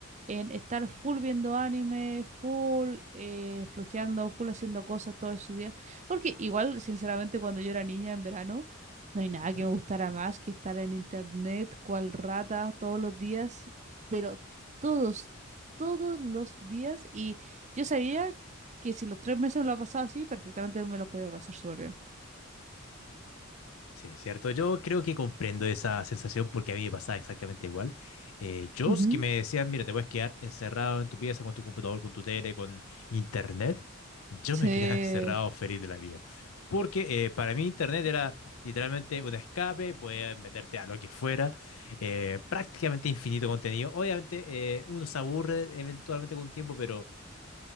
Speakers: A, on the right; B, on the left.
A: en estar full viendo anime, full eh, flojeando, full haciendo cosas todos esos días. Porque igual, sinceramente, cuando yo era niña en verano, no hay nada
B: Ujú.
A: que me gustara más que estar en internet, cual rata, todos los días, pero todos, todos los días. Y yo sabía que si los tres meses me lo pasaba así, perfectamente me los podía pasar súper bien.
B: Sí, cierto. Yo creo que comprendo esa sensación porque a mí me pasaba exactamente igual. Eh, yo,
A: Ujú.
B: que me decían, mira, te puedes quedar encerrado en tu pieza con tu computador, con tu tele, con internet, yo
A: Sí.
B: me quedaba <laughs> encerrado feliz de la vida. Porque eh, para mí internet era literalmente un escape, podías meterte a lo que fuera, eh, prácticamente infinito contenido. Obviamente eh, uno se aburre eventualmente con un tiempo, pero